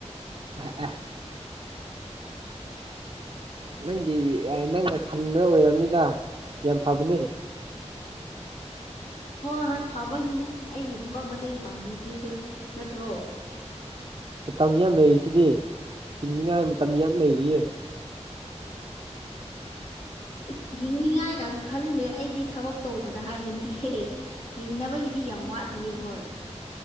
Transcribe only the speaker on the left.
ꯍꯣꯏ ꯍꯣꯏ ꯐꯕꯒꯤꯅꯦ ꯑꯩꯒꯤ ꯊꯕꯛ ꯃꯇꯦꯡ ꯄꯥꯡꯕꯤꯗ꯭ꯔꯤꯁꯦ ꯅꯠꯇ꯭ꯔꯣ
ꯏꯁ ꯍꯤꯡꯅꯤꯉꯥꯏ ꯀꯥꯢꯁꯨ ꯈꯜꯂꯦ ꯑꯩꯗꯤ ꯊꯕꯛ ꯇꯧꯕꯗ ꯍꯥꯏꯕꯅꯤꯍꯦ ꯍꯤꯡꯅꯕꯒꯤꯗꯤ ꯌꯥꯝ ꯋꯥꯠꯂꯤꯌꯦ ꯍꯣꯏ